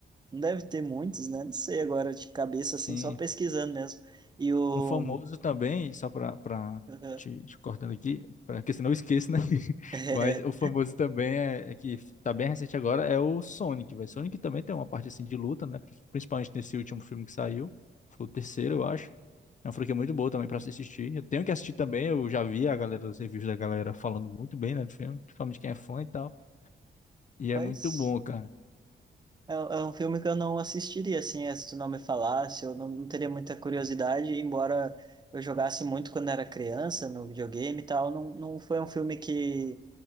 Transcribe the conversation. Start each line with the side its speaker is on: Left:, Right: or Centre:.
Right: não deve ter muitos, né, não sei agora de cabeça,
Left: sim.
Right: assim, só pesquisando mesmo. E o...
Left: Um famoso também, só para
Right: <laughs>
Left: te, te cortando aqui, para que senão eu esqueço, né? <laughs>
Right: É,
Left: Mas o famoso também é, é que tá bem recente agora, é o Sonic, velho. Sonic também tem uma parte assim de luta, né? Pri- Principalmente nesse último filme que saiu. Foi o terceiro, eu acho. É uma franquia muito boa também para se assistir. Eu tenho que assistir também, eu já vi a galera, os reviews da galera falando muito bem, né, do filme, principalmente quem é fã e tal. E é
Right: Mas...
Left: muito bom, cara.
Right: É, é um filme que eu não assistiria, assim, é, se tu não me falasse, eu não, não teria muita curiosidade, embora eu jogasse muito quando era criança, no videogame e tal, não, não foi um filme que,